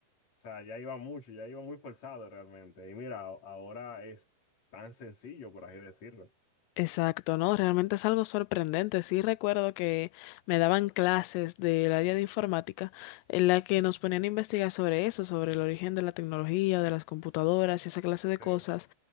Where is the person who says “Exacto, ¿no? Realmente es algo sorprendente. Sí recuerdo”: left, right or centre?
Left